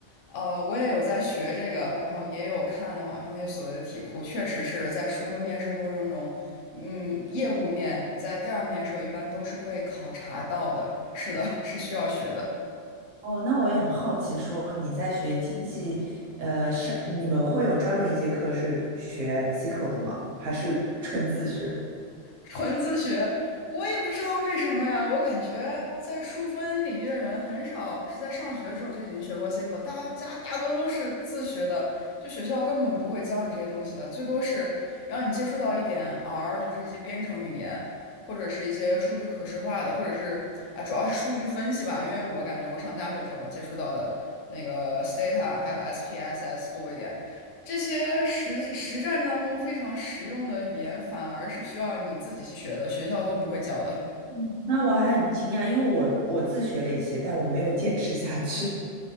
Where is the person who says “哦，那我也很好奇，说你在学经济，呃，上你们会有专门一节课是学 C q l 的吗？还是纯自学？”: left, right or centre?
Right